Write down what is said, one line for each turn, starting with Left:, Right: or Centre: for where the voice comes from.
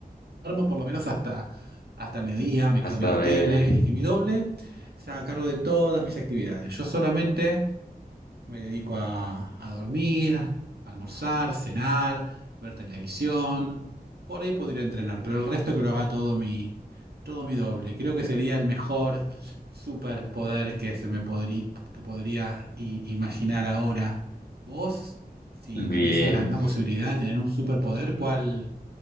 Right: duermo por lo menos hasta, hasta el mediodía, me
Left: Hasta
Right: quedo mirando
Left: me...
Right: tele y que mi doble se haga cargo de todas mis actividades. Yo solamente me dedico a, a dormir, a almorzar, cenar, ver televisión. Por ahí podría entrenar, pero el resto que lo haga todo mi, todo mi doble. Creo que sería el mejor superpoder que se me podrí- que podría i- imaginar ahora. Vos, si
Left: Bien.
Right: tuvieses la misma posibilidad de tener un superpoder, ¿cuál,